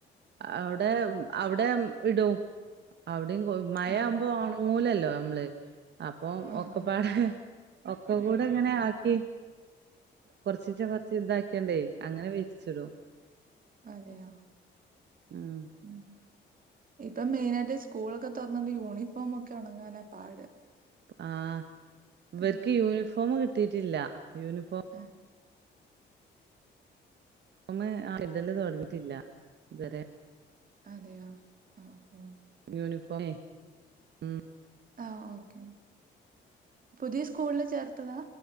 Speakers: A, on the right; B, on the right.
A: അവടേം അവടേം ഇടും അവടേം മഴ
B: ആഹ്
A: ആവുമ്പോ ഒണങ്ങൂലല്ലോ ഞമ്മള് അപ്പൊ
B: ആഹ്
A: ഒക്കപ്പാടെ
B: ആഹ്
A: ഒക്കകൂടെങ്ങനെ ആക്കി കൊർച്ചീച്ചെ കൊർച്ച് താക്യാണ്ടേയ് അങ്ങനെ വിരി ച്ച്ടും
B: അതേയോ
A: ഉം
B: മ് ഇപ്പം മെയിനാട്ട് സ്കൂളൊക്കെ തൊറന്നോണ്ട് യൂണിഫോമൊക്കെ ഒണങ്ങാനാ പാട്
A: ആ ഇവർക്ക്
B: ഏഹ്
A: യൂണിഫോമ് കിട്ടിട്ടില്ല യൂണിഫോ
B: ആഹ്
A: യൂണിഫോമ് ആ ഇടല് തൊടങ്ങീറ്റില്ല ഇതെരെ
B: അതെയോ ആ മ്
A: യൂണിഫോമേ മ്
B: ആ ഓക്കേ. പുതിയ സ്കൂളില് ചേർത്തതാ.